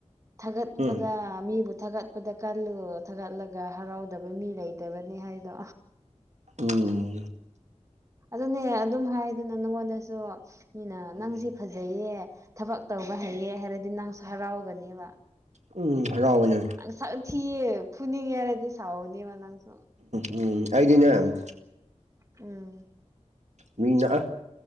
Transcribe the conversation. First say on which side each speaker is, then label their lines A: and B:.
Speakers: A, on the right (about 25°); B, on the right (about 70°).
A: ꯊꯥꯒꯠꯄꯗ
B: ꯎꯝ
A: ꯃꯤꯕꯨ ꯊꯥꯒꯠ ꯗꯀꯜꯂꯤꯌꯨ ꯊꯥꯒꯠꯂꯒ ꯍꯔꯥꯎꯗꯕ ꯃꯤ ꯂꯩꯇꯕꯅꯤ ꯍꯥꯏꯗꯣ
B: ꯎꯝ
A: ꯑꯗꯨꯅꯦ ꯑꯗꯨꯝ ꯍꯥꯏꯗꯅ ꯅꯪꯉꯣꯟꯗꯁꯨ ꯃꯤꯅ
B: ꯎꯝ
A: ꯅꯪꯁꯤ ꯐꯖꯩꯌꯦ ꯊꯕꯛ ꯇꯧꯕ ꯍꯩꯌꯦ ꯍꯥꯏꯔꯗꯤ ꯅꯪꯁꯨ ꯍꯔꯥꯎꯒꯅꯦꯕ
B: ꯎꯝ ꯍꯔꯥꯎꯕꯅꯦ
A: ꯅꯪ ꯁꯛ ꯊꯤꯌꯦ ꯐꯨꯅꯤꯡꯉꯦ ꯍꯥꯏꯔꯗꯤ ꯁꯥꯥꯎꯒꯅꯤꯕ ꯅꯪꯁꯨ
B: ꯎꯝ ꯑꯩꯗꯤꯅꯦ
A: ꯎꯝ
B: ꯃꯤꯅ ꯑ